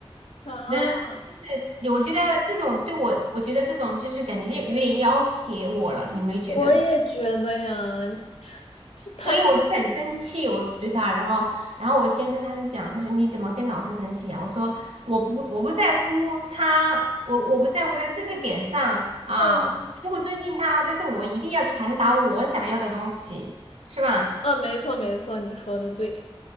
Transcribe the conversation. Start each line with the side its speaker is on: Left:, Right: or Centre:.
Left: 啊，
Right: 那这我觉得这种对我，我觉得这种就是感觉就有点要挟我了，你没觉得？
Left: 我也觉得呀，就他，
Right: 所以我就很生气，我对他，然后，然后我先生他是讲，他说你怎么跟老师生气啊？我说我不我不在乎他，我我不在乎在这个点上啊，
Left: 嗯
Right: 我不尊敬他，但是我一定要传达我想要的东西，是吧？
Left: 嗯，没错没错，你说的对。